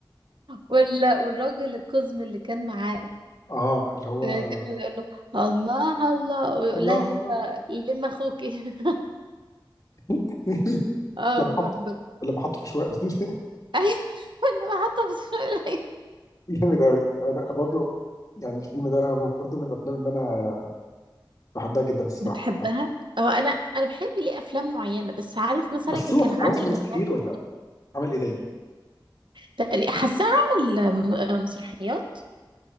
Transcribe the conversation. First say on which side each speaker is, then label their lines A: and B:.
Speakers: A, on the right; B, on the left.
A: وال- والراجل القزم اللي كان معاه
B: آه، اللي هو
A: آه، كان بيقول له الله الله ويقول
B: الله
A: لها لما
B: الله
A: لما اخوكي <laughs>
B: <laughs>
A: اه
B: لما
A: برضه
B: حط لما حط في شوية <laughs>
A: ايوه <laughs> انا حاطه في الشغل
B: جامد قوي انا برضو يعني الفيلم ده برضو من الافلام اللي انا بحبها جدا الصراحه
A: بتحبها اه انا انا بحب ليه افلام معينه بس عارف مثلا
B: بس هو
A: كان عامل
B: هو اصلا ملوش
A: برنامج
B: كتير ولا عمل ايه تاني
A: تقريبا حاساه عامل م- مسرحيات